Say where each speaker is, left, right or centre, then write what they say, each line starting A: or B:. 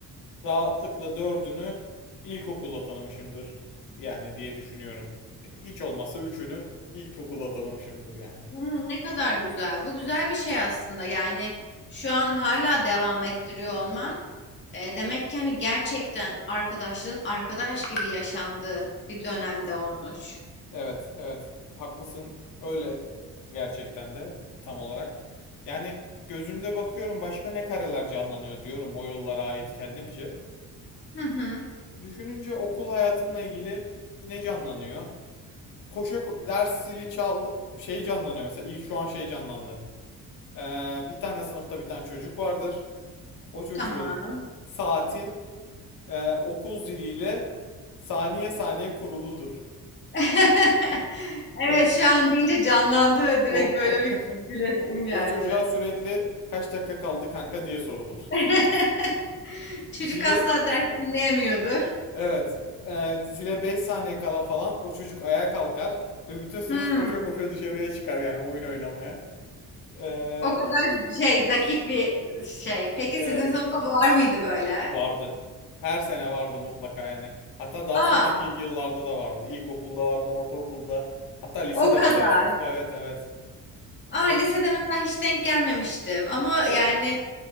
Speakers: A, on the left; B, on the left.
A: rahatlıkla dördünü ilkokulda tanımışımdır yani diye düşünüyorum. Hiç olmazsa üçünü ilkokulda tanımışımdır yani.
B: Hmm, ne kadar güzel. Bu güzel bir şey aslında. Yani şu an hala devam ettiriyor olman. e, demek ki hani gerçekten arkadaşlığın arkadaş gibi yaşandığı bir dönemde olmuş.
A: Evet, evet. Haklısın. Öyle gerçekten de tam olarak. Yani gözümde bakıyorum başka ne kareler canlanıyor diyorum o yıllara ait kendimce.
B: Hı hı.
A: Düşününce okul hayatımla ilgili ne canlanıyor? koşa ko- ders zili çaldı şey canlanıyor mesela ilk şu an şey canlandı. Ee, bir tane sınıfta bir tane çocuk vardır. O çocuğun
B: Tamam.
A: saati e, okul ziliyle saniye saniye kuruludur.
B: <laughs> Evet
A: O
B: şu an deyince canlandı ve
A: o
B: direkt böyle
A: o,
B: bir
A: <laughs>
B: gülesim
A: o,
B: geldi.
A: o çocuğa sürekli kaç dakika kaldı kanka diye sorulur.
B: <laughs> Çocuk
A: Zile
B: asla ders dinleyemiyordur.
A: evet e, zile 5 saniye kala falan o çocuk ayağa kalkar ve bütün sınıf
B: Hmm.
A: koşa koşa dışarıya çıkar yani oyun oynamaya. Ee,
B: O kadar şey dakik bir şey. Peki
A: evet.
B: sizin sınıfta var mıydı böyle?
A: Vardı. Her sene vardı mutlaka yani. Hatta daha
B: Aa,
A: sonraki yıllarda da vardı. İlkokulda vardı, ortaokulda, hatta lisede
B: o kadar.
A: bile var. Evet, evet.
B: Aa,
A: Mutlu.
B: lisede mesela hiç denk gelmemiştim. Ama yani